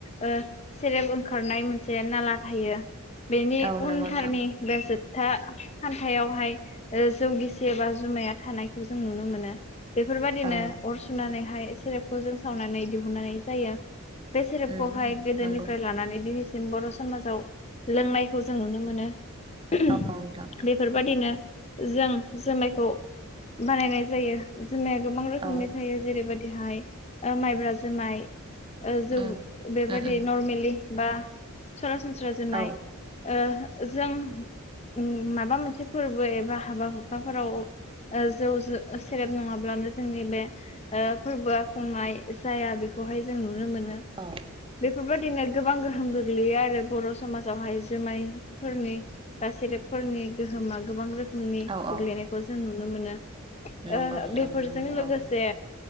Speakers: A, on the left; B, on the right.
A: ओ सेरेब ओंखारनाय मोनसे नाला थायो। बेनि
B: औ नंगौ
A: उनथारनि
B: नोंथां
A: बे जोब था खान्थायावहाय ओ जौ गिसि एबा जुमाया थानायखौ जों नुनो मोनो। बेफोरबादिनो
B: औ
A: अर सुनानैहाय सेरेबखौ जों सावनानै दिहुननाय जायो। बे सेरेबखौहाय
B: उम
A: गोदोनिफ्राय
B: नंगौ
A: लानानै दिनैसि- सिम बर' समाजाव लोंनायखौ जों नुनो मोनो। <unintelligible>
B: औ नोंथां
A: बेफोरबादिनो जों जुमायखौ बानायनाय जायो। जुमाया गोबां रोखोमनि
B: औ
A: थायो जेरैबा दिहाय ओ माइब्रा जुमाय ओ जौ
B: उम
A: बेबादि
B: उम उम
A: नरमेलि बा सरासनस्रा जोमाय
B: औ
A: ओ जों उम माबा मोनसे फोरबो एबा हाबा हुखाफोराव ओ जौ ज- सेरेब नङाब्लानो जोंनि बे ओ फोरबोआ खुंनाय जाया बेखौहाय जों नुनो मोनो।
B: औ
A: बे बेफोरबायदिनो गोबां गोहोम गोग्लैयो आरो बर' समाजावहाय जुमायफोरनि बा सेरेबफोर- <unintelligible> गोहोमा गोबां रोखोमनि
B: औ औ
A: गोग्लैनायखौ जों नुनो मोनो। ओ
B: नंगौ नोंथां
A: बेफोरजों
B: नुनो मोनो
A: लोगोसे
B: औ